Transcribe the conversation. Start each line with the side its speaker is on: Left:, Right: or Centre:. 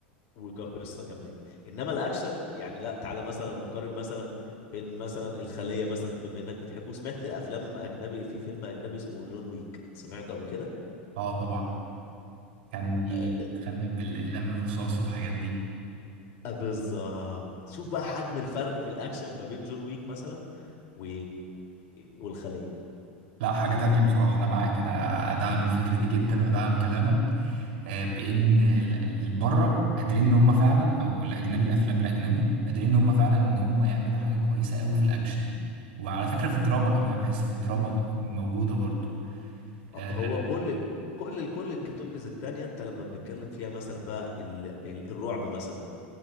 Left: وكقصة كمان إنما الأكشن يعني لا تعالى مثلا نقارن مثلا فيلم مثلا الخلية مثلا بما إنك بتحبه سمعت أفلام أجنبي في فيلم أجنبي اسمه جون ويك سمعته قبل كده؟
Right: اه طبعا كان بيتخنب
Left: آه،
Right: بالاقلام الرصاص والحاجات دي
Left: آه، بالظبط شوف بقى حجم الفرق في الأكشن ما بين جون ويك مثلا و... والخلية
Right: لا حاجة تانية بصراحة انا معاك انا ادعم الفكرة دي جدا وادعم كلامك آه، بان ال- ال- بره قادرين ان هم فعلا او الاجنبي الافلام الاجنبي قادرين ان هم فعلا ان هم يعملوا حاجة كويسة قوي في الاكشن وعلى فكرة في الدراما كمان أنا بحس في الدراما موجودة برضو
Left: آه،
Right: آه،
Left: هو كل ال... كل ال... كل الكاتيجوريز التانية أنت لما بنتكلم فيها مثلا بقى ال... ال... الرعب مثلا